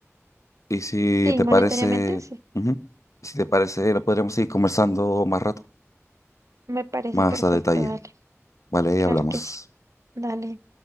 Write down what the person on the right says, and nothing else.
Sí,
monetariamente
sí,
me parece
perfecto,
dale.
Claro
que sí. Dale.